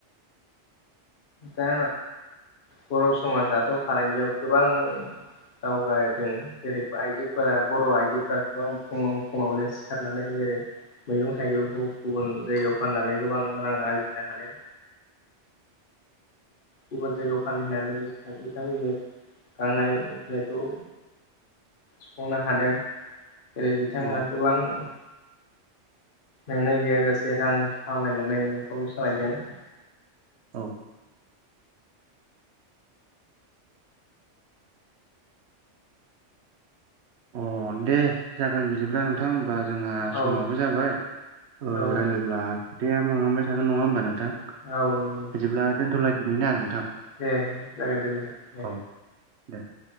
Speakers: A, on the left; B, on the right.
A: दा बर' समाजाथ' फालांगियाव गोबां दावगादों। जेरै आइजोफोरा बर' आइजोफोरा गोबां फुङाव फुङावनो सिखारनानै जेरै मैगं थाइगंखौ गुबुन जायगायाव फाननानै गोबां रां आरजिनो हादों। गुबुन जायगायाव फाहैनानै बिथांमोननि गांनाय उखैनायखौ सुफुंनो हादों। जेरै बिथांमोना
B: औ
A: गोबां ओ नेंनाय गैयाजासे रां खामायनानै नखरखौ सालायदों।
B: औ अ दे जागोन बिदिब्ला नोंथां अब्ला जोंहा
A: औ
B: समाबो जाबाय
A: औ
B: रायला ब्ला खोथाया बांलांबाय थागोन नङा ओमबा नोंथां
A: नंगौ नोंथां
B: बिदिब्ला दोनथ'लायदिनि ना नोंथां?
A: दे जागोन दे नोंथां दे।
B: औ दे